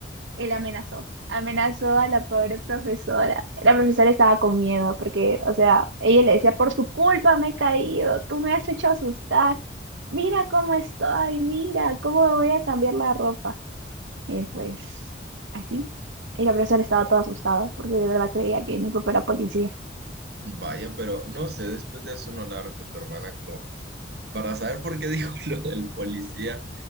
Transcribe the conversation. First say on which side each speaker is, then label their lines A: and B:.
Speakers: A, on the right; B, on the right.
A: Él amenazó, amenazó a la pobre profesora. La profesora estaba con miedo porque, o sea, ella le decía, por tu culpa me he caído, tú me has hecho asustar, mira cómo estoy, mira cómo me voy a cambiar la ropa. Y pues así. Y la profesora estaba toda asustada porque de verdad creía que mi papá era policía.
B: Vaya, pero no sé, después de eso no hablaron con tu hermana como para saber por qué dijo <laughs> lo del policía